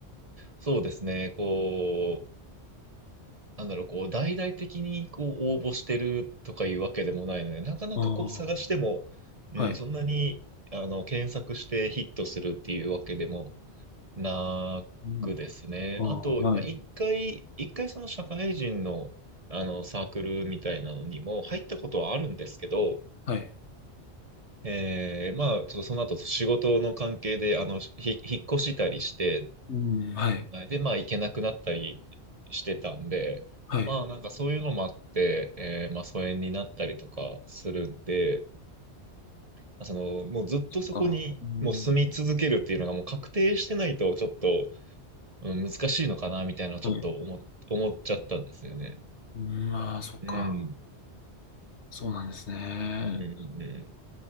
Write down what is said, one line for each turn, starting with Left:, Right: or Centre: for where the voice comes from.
Right: そうですね、こう、なんだろう、こう、大々的にこう応募してるとかいうわけでもないので、なかなかこう探しても、
Left: ああ、
Right: うん、
Left: はい。
Right: そんなに、あの、検索してヒットするっていうわけでもなくですね。
Left: うん、ああ、
Right: あと、まあ、
Left: はい。
Right: 一回、一回その社会人の、あの、サークルみたいなのにも入ったことはあるんですけど、
Left: はい。
Right: えー、まあ、ちょっとその後、仕事の関係で、あの、ひ、引っ越したりして、
Left: うん、はい。
Right: はいで、まあ、行けなくなったりしてたんで、
Left: はい。
Right: まあ、なんかそういうのもあって、えー、まあ、疎遠になったりとかするんで、まあその、もうずっとそこに、
Left: そっか。うん、
Right: もう住み続けるっていうのがもう確定してないと、ちょっと、うん、難しいのかな、みたいな、ちょっと思っ、
Left: はい。
Right: 思っちゃったんですよね。
Left: うん、まあ、そっか。
Right: うん。
Left: そうなんですね。
Right: うん、うん